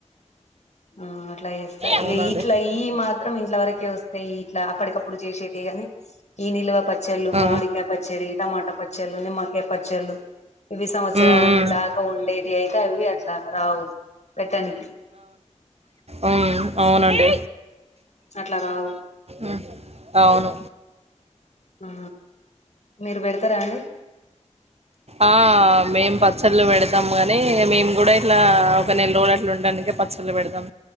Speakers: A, on the left; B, on the right.
A: ఆ ఇట్లాస్త
B: అవునండి
A: ఇ ఇట్లా ఇ మాత్రం ఇంట్ల వరకే వస్తాయి ఇట్లా అప్పటికప్పుడు చేసేటవి కాని ఈ నిల్వ పట్ చ్చెల్లు
B: ఆ
A: మామిడి కాయ పచ్చేడి టమాట పచ్చ పచ్చలు నిమ్మకాయ పచ్చలు ఇవి సంవత్సరాన్ని
B: మ్మ్ మ్మ్
A: దాకా ఉండేది అయితే అవి అట్లా రావు పెట్టనికి
B: అ అవునండి
A: అట్లా రావు
B: ఉమ్ అవును
A: ఆ మీరు పెడతారా అండి
B: ఆ మేం ప పచ్చళ్ళు పెడతాము కానీ ఇక మేము కూడా ఇట్లా ఒక నెల రోజులు అట్లా ఉండడానినికిే పచ్చళ్ళు పెడతాం